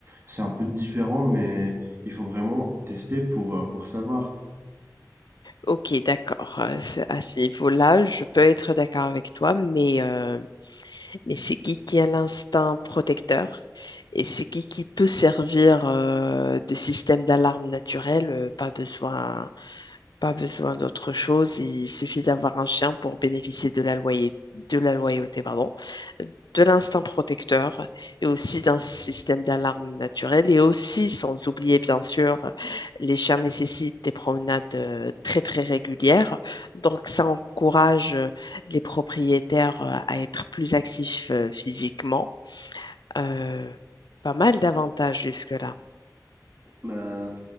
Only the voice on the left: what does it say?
Ok, d'accord. Euh, c'est- À ce niveau-là, je peux être d'accord avec toi, mais, euh, mais c'est qui qui a l'instinct protecteur et c'est qui qui peut servir euh, de système d'alarme naturel? euh, Pas besoin, Pas besoin d'autre chose. Il suffit d'avoir un chien pour bénéficier de la loyer- de la loyauté, pardon, de l'instinct protecteur et aussi d'un système d'alarme naturel. Et aussi, sans oublier, bien sûr, les chiens nécessitent des promenades euh, très, très régulières. Donc, ça encourage euh, les propriétaires euh, à être plus actifs euh, physiquement. Euh, pas mal d'avantages jusque-là.